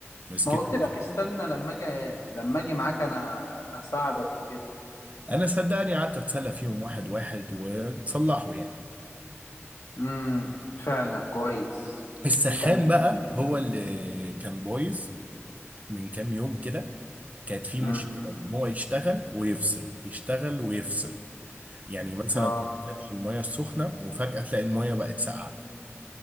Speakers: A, on the right; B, on the left.
A: مسكت
B: ما قلت لك استنى لما اجي لما اجي معاك انا هساعدك وكده
A: انا صدقني قعدت اتسلى فيهم واحد واحد وتصلحوا يعني
B: امم فعلا كويس
A: السخان
B: انت قد الدنيا
A: بقى هو اللي كان بايظ من كام يوم كده كانت فيه
B: امم
A: مشكلة ان هو يشتغل ويفصل يشتغل ويفصل يعني مثلا
B: اه
A: تبقى فاتح المية السخنة وفجأة تلاقي المية بقت ساقعة